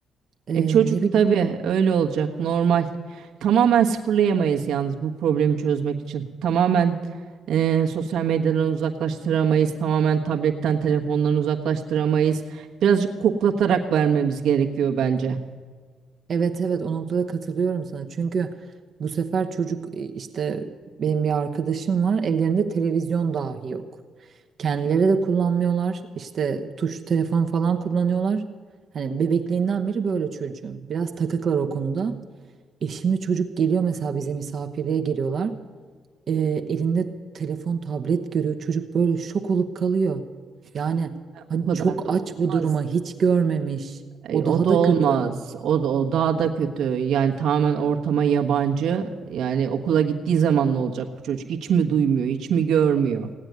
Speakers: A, on the right; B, on the right.
A: E,
B: E çocuk
A: ne bileyim
B: tabii öyle olacak normal. Tamamen sıfırlayamayız yalnız bu problemi çözmek için. Tamamen e, sosyal medyadan uzaklaştıramayız. Tamamen tabletten telefondan uzaklaştıramayız. Birazcık koklatarak vermemiz gerekiyor bence.
A: Evet evet o noktada katılıyorum sana. Çünkü bu sefer çocuk e, işte benim bir arkadaşım var. Evlerinde televizyon dahi yok. Kendileri de kullanmıyorlar. İşte tuş telefon falan kullanıyorlar. Hani bebekliğinden beri böyle çocuğum. Biraz takıklar o konuda. E şimdi çocuk geliyor mesela bize misafirliğe geliyorlar. E, elinde telefon, tablet görüyor. Çocuk böyle şok olup kalıyor. Yani
B: E,
A: hani
B: O kadar
A: çok
B: da
A: aç
B: olmaz.
A: bu duruma hiç görmemiş.
B: E,
A: O
B: o
A: daha
B: da
A: da
B: olmaz.
A: kötü.
B: O da o daha da kötü. Yani tamamen ortama yabancı. Yani okula gittiği zaman ne olacak bu çocuk? Hiç mi duymuyor, hiç mi görmüyor?